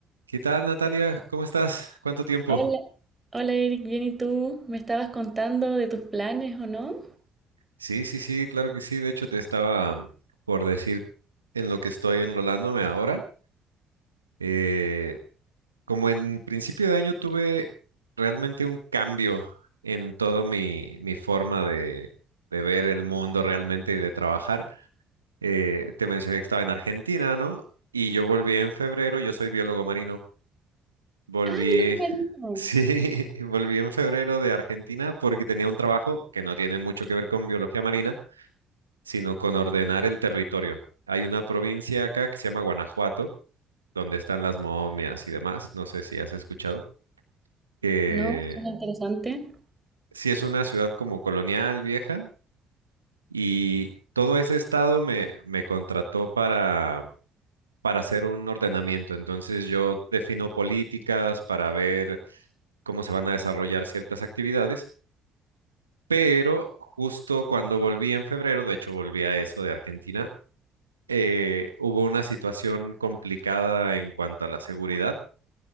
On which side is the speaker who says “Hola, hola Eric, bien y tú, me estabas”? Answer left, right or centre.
Right